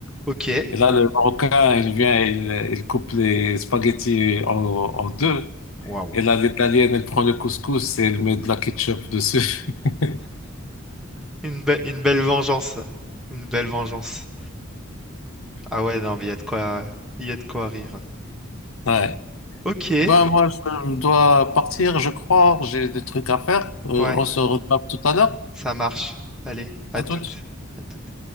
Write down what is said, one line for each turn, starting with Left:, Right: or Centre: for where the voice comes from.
Centre: OK.
Left: Et là, le Marocain, il vient, il, il coupe les spaghettis en, en deux.
Centre: Waouh.
Left: Et là, l'Italienne, elle prend le couscous et elle met de la ketchup dessus. <laughs>
Centre: Une be- une belle vengeance. ça. Une belle vengeance. Ah ouais, non, mais il y a de quoi il y a de quoi rire.
Left: Ouais.
Centre: OK.
Left: Ben, moi, je dois partir, je crois. J'ai des trucs à faire. Euh, on
Centre: Ouais.
Left: se retrouve tout à l'heure.
Centre: Ça marche. Allez, à
Left: À
Centre: toutes.
Left: tout.
Centre: À toutes.